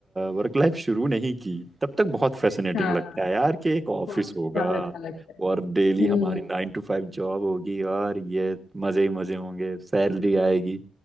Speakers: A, on the right; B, on the left.
A: वर्क लाइफ शुरू नहीं की तब तक बहुत फैसिनेटिंग
B: हाँ
A: लगता है यार कि एक ऑफिस
B: बहुत ज्यादा
A: होगा
B: अच्छा लगता है
A: और डेली
B: हम्म
A: हमारी नाइन टू फाइव जॉब होगी और ये मजे ही मजे होंगे सैलरी आएगी